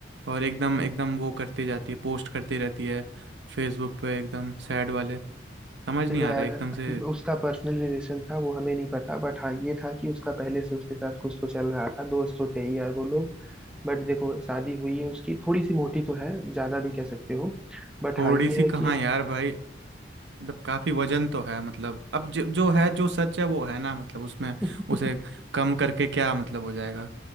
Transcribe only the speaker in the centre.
देखो
यार
उसका पर्सनल रिलेशन था वो हमें नहीं पता बट हाँ ये था कि उसका पहले से उसके साथ कुछ तो चल रहा था दोस्त तो थे ही यार वो लोग बट देखो शादी हुई है उसकी थोड़ी सी मोटी तो है ज्यादा भी कह सकते हो बट
हाँ ये
है
कि
<laughs>